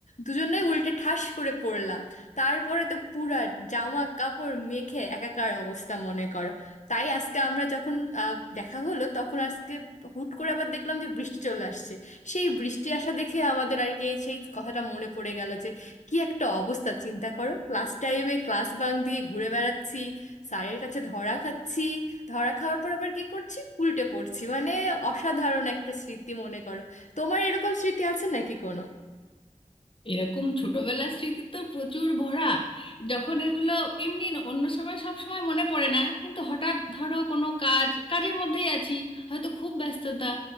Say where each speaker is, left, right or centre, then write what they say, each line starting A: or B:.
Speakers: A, on the left; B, on the left.
A: দুজনেই উল্টে ঠাস করে পড়লাম তারপরে তো পুরা জামা কাপড় মেখে একাকার অবস্থা মনে করো তাই আজকে আমরা যখন আহ, দেখা হলো তখন আজকে হুট করে আবার দেখলাম যে বৃষ্টি চলে আসছে সেই বৃষ্টি আসা দেখে আমাদের আর কি এই সেই কথাটা মনে পড়ে গেল যে কি একটা অবস্থা চিন্তা করো ক্লাস টাইমে ক্লাস বাঙ্ক দিয়ে ঘুরে বেড়াচ্ছি স্যারের কাছে ধরা খাচ্ছি ধরা খাওয়ার পর আবার কি করছি উল্টে পড়ছি মানে অসাধারণ একটা স্মৃতি মনে করো তোমার এরকম স্মৃতি আছে নাকি কোনো
B: এরকম ছোটবেলার স্মৃতি তো প্রচুর ভরা যখন এগুলো এমনি ন- অন্য সময় সব সময় মনে পড়ে না কিন্তু হঠাৎ ধরো কোনো কাজ কাজের মধ্যেই আছি হয়তো খুব ব্যস্ততা